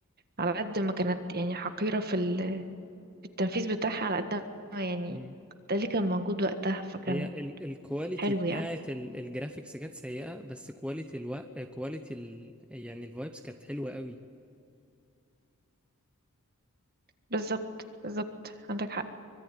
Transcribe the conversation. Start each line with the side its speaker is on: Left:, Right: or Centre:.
Right: على قد ما كانت يعني حقيرة في التنفيذ بتاعها على قد ما يعني
Centre: اه
Right: ده اللي كان موجود وقتها فكان
Centre: هي ال الكواليتي
Right: حلو
Centre: بتاعت
Right: يعني
Centre: ال- الجرافيكس كانت سيئة بس كواليتي الوقت كواليتي ال يعني الفايبس كانت حلوة قوي
Right: بالظبط بالظبط عندك حق